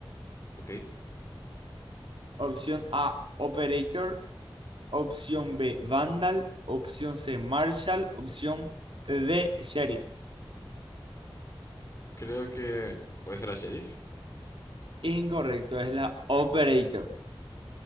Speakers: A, on the left; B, on the right.
A: Ok.
B: Opción A, Operator. Opción B, Vandal. Opción C, Marshall. Opción D, Sheriff.
A: Creo que puede ser la Sheriff.
B: Incorrecto, es la Operator.